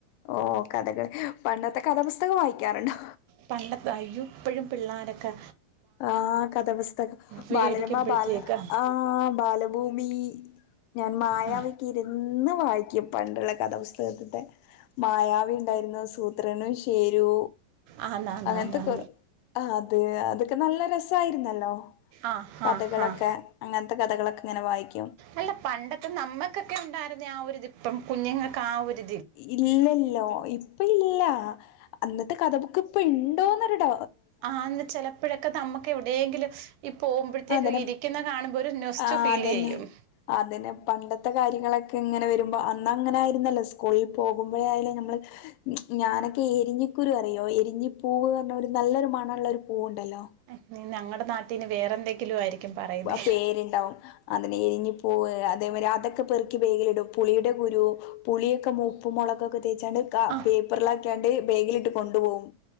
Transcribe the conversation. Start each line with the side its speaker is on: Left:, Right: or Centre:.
Left: ഓഹ് കഥകള് പണ്ടത്തെ കഥാപുസ്തകം വായിക്കാറുണ്ടോ
Right: പണ്ടത്തെ അയ്യോ ഇപ്പഴും പിള്ളരൊക്കെ
Left: ആ കഥാപുസ്തകം
Right: മേടിക്കുമ്പോഴത്തേക്ക്
Left: ബാലരമ ബാല ആഹ് ബാലഭൂമി ഞാൻ മായവിക്കെ
Right: ആ
Left: ഇരുന്ന് വായിക്കും പണ്ടുള്ള കഥാപുസ്തകത്തിന്റെ മായവി ഉണ്ടായിരുന്നു സൂത്രനും ഷേരു
Right: ആ ആ
Left: അങ്ങനത്തെ
Right: ആ
Left: കൊറേ അത് അത് നല്ല രസായിരുന്നല്ലോ
Right: ആ
Left: കഥകളൊക്കെ
Right: ആ ആ
Left: അങ്ങ കഥകളക്കെ ഇങ്ങനെവായിക്കും
Right: അല്ല പണ്ടത്തെ നമ്മക്കൊക്കെ ഒണ്ടാരുന്ന ആ ഒരിതിപ്പം കുഞ്ഞുങ്ങക്ക് ആ ഒരു
Left: ഇല്ലല്ലോ ഇപ്പ ഇല്ല അന്നത്തെ കഥ ബുക്ക് ഇപ്പ ഇണ്ടോന്നൊരു ഡ
Right: ആന്ന് ചെലപ്പഴൊക്കെ നമ്മക്ക് എവിടെങ്കിലും ഈ പോവുമ്പഴത്തേക്ക്
Left: അതന്നെ
Right: ഇരിക്കുന്ന കാണുമ്പോൾ ഒരു നോസ്റ്റു
Left: ആ
Right: ഫീലേയ്യും
Left: അതന്നെ അതന്നെ പണ്ടത്തെ കാര്യങ്ങളൊക്കെ ഇങ്ങനെ വരുമ്പോ അന്ന് അങ്ങനെ ആയിരുന്നല്ലോ സ് സ്കൂളിൽ പോകുമ്പോഴയാലും ഞമ്മള് ഞാനൊക്കെ എരിഞ്ഞിക്കുരു അറിയോ എരിഞ്ഞി പൂവ് ന്ന് പറഞ്ഞ ഒരു നല്ലൊരു മണവുള്ള ഒരു പൂവുണ്ടല്ലോ
Right: എ <unintelligible> ഇനി ഞങ്ങടെ നാട്ടീ ഇനി വേറെ എന്തെങ്കിലും ആയിരിക്കും പറയുന്നേ
Left: പേരിണ്ടാവും അതിനെ ഇരിഞ്ഞി പോ അതേമാരി അതൊക്കെ പെറുക്കി ബേഗ്ലിടും. പുളിയുടെ കുരു, പുളിയൊക്കെ മൂപ്പും മൊള കക്കെ തേച്ചാണ്ട്
Right: ആ
Left: പേപ്പർല ആക്കിയാണ്ട്. ബേഗിലിട്ട് കൊണ്ടുപോവും.